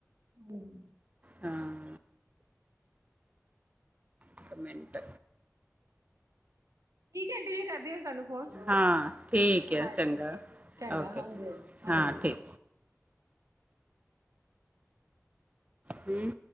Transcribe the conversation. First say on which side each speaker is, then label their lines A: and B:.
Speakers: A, on the right; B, on the right.
A: ਹਮ।
B: ਹਾਂ। ਇੱਕ ਮਿੰਟ
A: ਕੀ ਘੰਟੇ ਚ ਕਰਦੀ ਤੁਹਾਨੂੰ ਫੋਨ,
B: ਹਾਂ ਠੀਕ ਹੈ
A: ਹਾਂਜੀ
B: ਚੰਗਾ
A: ਚੰਗਾ
B: ਓਕੇ
A: ਹਾਂਜੀ -ਹਾਂਜੀ
B: ਹਾਂ ਠੀਕ
A: -ਹਾਂਜੀ।
B: ਹਮ।